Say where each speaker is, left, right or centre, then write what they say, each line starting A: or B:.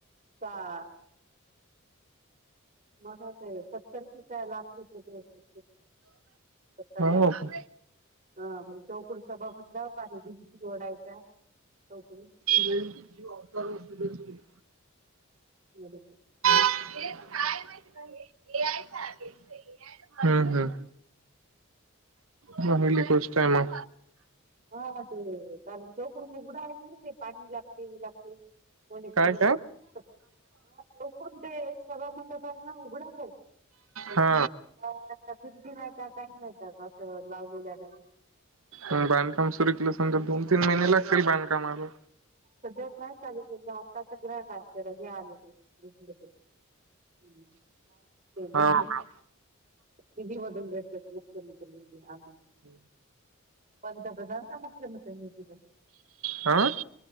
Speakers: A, on the right; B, on the right.
A: का. मग ते सत्तर क का लाख रुपये अस. सत्तर लाख
B: हो का
A: म्हणजे चौकुड सभाखंडा. पाणी भिची ओढायच्या टोकरी.
B: ज अवार व सु.
A: बरोबर
B: हे काय माहिती ए आय. हम्म हम्म चांगली गोष्ट आहे मग
A: हा ते कारण चौकडून उघडा आहेणार ते पाणी ला. तीन लागतील कोणे
B: काय
A: कोणी.
B: काय
A: चौकण ते एक सभामंडप आहे ना उघडाच आहे.
B: हा
A: भदी राय काही नाही कस लाव दिल्या का.
B: बांधकाम सुरू केलं समजा दोन तीन महिने लागतील बांधकामाला.
A: सध्याच नाही चालू केलं आता आता ग्रँड आ त्याे आलं ते भ ते. हम्म चालतंय की
B: हो
A: विधी
B: का
A: विधीवून मुख्यमंत्री आम.
B: हम्म
A: पंतप्रधानचा मुख्यमंत्री मी तिथ
B: हा?